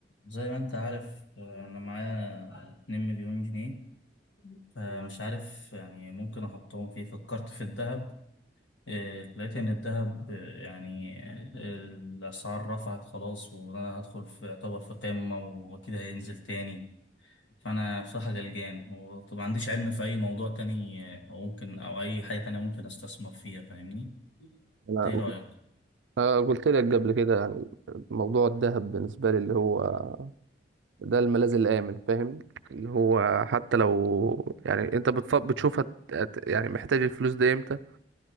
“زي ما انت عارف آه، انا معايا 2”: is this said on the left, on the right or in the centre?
Left